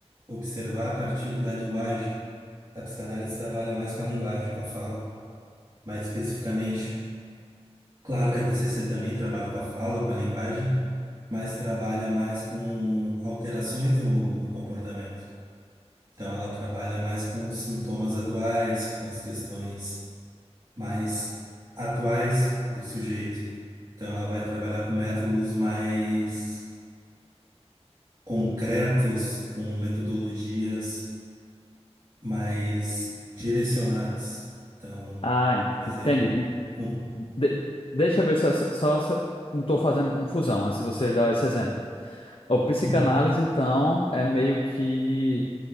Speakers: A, on the right; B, on the left.
A: observar a partir da linguagem. A psicanálise trabalha mais com a linguagem, com a fala, mais especificamente. Claro que a TCC também trabalha com a fala, com a linguagem, mas trabalha mais com alterações no, no comportamento. Então, ela trabalha mais com os sintomas atuais, com as questões mais atuais do sujeito. Então, ela vai trabalhar com métodos mais concretos, com metodologias mas direcionadas. Então,
B: Ah,
A: por exemplo,
B: entendi.
A: com-
B: De- deixa eu ver se eu, só se eu não estou fazendo confusão antes de você dar esse exemplo. O psicanálise,
A: Uhum.
B: então, é meio que